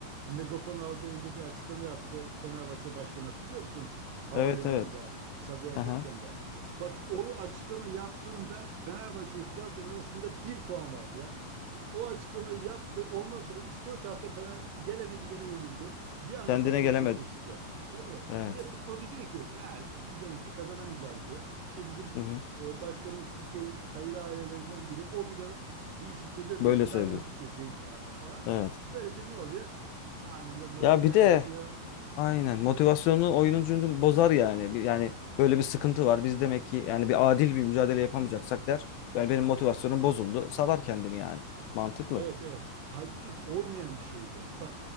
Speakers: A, on the right (about 80°); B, on the left (about 80°).
A: megafon aldı eline bir açıklama yaptı Fenerbahçe Başkanı hatırlıyor musun? Havalimanında
B: Evet evet.
A: Sabiha Gökçen'de.
B: Aha.
A: Bak o açıklama yaptığında Fenerbahçe ile Trabzon arasında bir puan vardı ya. O açıklamayı yaptı. Ondan sonra üç dört hafta Fener gelene gidene yenildi. Bir anda
B: Kendine
A: fark 7-8'e
B: gelemedi.
A: çıktı. Tabii.
B: Evet.
A: Niye? Futbolcu diyor ki ya biz demek ki kazanamayacağız diyor. İşte bizim
B: Hı hı.
A: e, başkanımız Türkiye'nin sayılı ailelerinden biri. O bile bu işi çözemiyorsa
B: Böyle söylüyor.
A: ben nasıl çözeceğim sahada falan.
B: Evet.
A: Böylece ne oluyor? Anında moraller
B: Ya bir de
A: düşüyor.
B: Aynen. Motivasyonunu oyuncunun bozar yani. Bir- Yani böyle bir sıkıntı var. Biz demek ki yani bir adil bir mücadele yapamayacaksak der. Yani benim motivasyonum bozuldu. Salar kendini yani. Mantıklı.
A: Evet evet. Halbuki olmayan bir şey bu. Bak